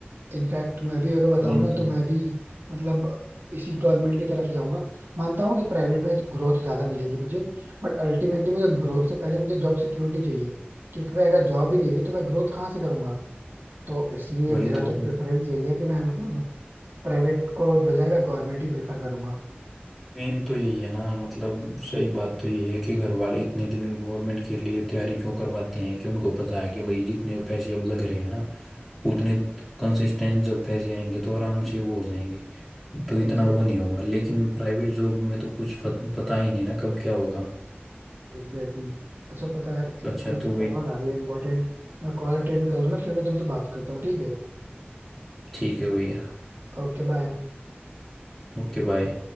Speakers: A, on the right; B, in the centre.
A: इनफैक्ट मैं भी अगर बताऊँ
B: मेन
A: ना
B: तो
A: तो मैं भी मतलब इसी गवर्नमेंट की तरफ ही जाऊंगा मानता हूँ कि प्राइवेट में ग्रोथ ज्यादा मिलेगी मुझे बट अल्टीमेटली मुझे ग्रोथ से पहले मुझे जॉब सिक्योरिटी चाहिए क्योंकि मैं अगर जॉब ही नहीं रही तो मैं ग्रोथ कहाँ से करूंगा तो इसलिए
B: वही
A: मेरा
B: तो
A: तो प्रेफरेंस यही है कि मैं मतलब प्राइवेट को बजाय मैं गवर्नमेंट ही प्रेफर करूंगा
B: मेन तो यही है ना मतलब सही बात तो ये है कि घर वाले इतने दिन गवर्नमेंट के लिए तैयारी क्यों करवाते हैं कि उनको पता है कि भाई जितने पैसे अब लग रहे हैं ना उतने कंसिस्टेंट जब पैसे आएंगे तो आराम से वो हो जाएंगे तो इतना
A: Exactly
B: वो नहीं
A: exactly,
B: होगा लेकिन प्राइवेट जॉब में तो कुछ फत- पता ही नहीं ना कब क्या होगा
A: Exactly exactly. अच्छा पता है यार
B: तो
A: एक
B: अच्छा
A: कोई
B: तो वही
A: कॉल आ रही है इंपॉर्टेंट मैं कॉल अटेंड कर लूँ ना फिर मैं तुमसे बात करता हूँ ठीक है
B: ठीक है भैया
A: Okay bye
B: ओके बाय